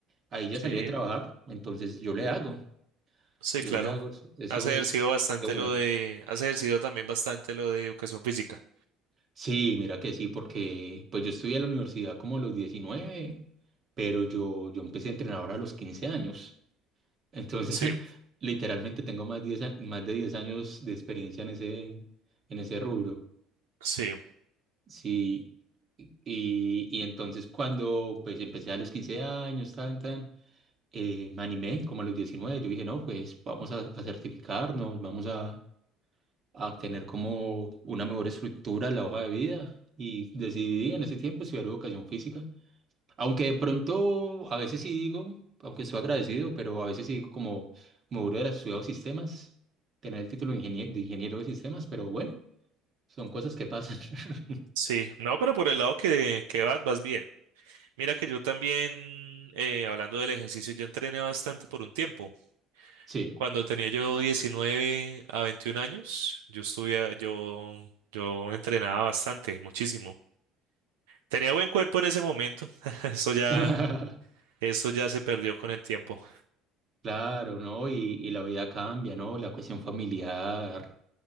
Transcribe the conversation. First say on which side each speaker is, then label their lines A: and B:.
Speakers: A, on the right (about 40°); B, on the right (about 85°).
A: Ahí ya
B: sí,
A: salí de trabajar, entonces yo le hago,
B: sí,
A: yo
B: claro.
A: le hago, eso
B: Has ejercido
A: es
B: bastante
A: de una.
B: lo de, has ejercido también bastante lo de educación física.
A: Sí, mira que sí, porque pues yo estudié en la universidad como a los 19, pero yo, yo empecé a entrenar a los 15 años. Entonces,
B: Sí,
A: <laughs> literalmente tengo más, diez a- más de 10 años de experiencia en ese, en ese rubro.
B: sí,
A: Sí, y, y entonces cuando pues empecé a los 15 años, tan, tan, eh, me animé como a los 19, yo dije, no, pues vamos a a certificarnos, vamos a a tener como una mejor estructura en la hoja de vida y decidí en ese tiempo estudiar educación física. Aunque de pronto a veces sí digo, aunque estoy agradecido, pero a veces sí digo como me hubiera estudiado sistemas, tener el título de ingenie- de ingeniero de sistemas, pero bueno, son cosas que pasan. <laughs>
B: sí. No, pero por el lado que, que vas, vas bien. Mira que yo también, eh, hablando del ejercicio, yo entrené bastante por un tiempo.
A: Sí.
B: Cuando tenía yo 19 a 21 años, yo estudia, yo, yo entrenaba bastante, muchísimo. Tenía buen cuerpo en ese momento. <laughs> Eso ya,
A: <laughs>
B: eso ya se perdió con el tiempo.
A: Claro, ¿no? Y, y la vida cambia, ¿no? La cuestión familiar,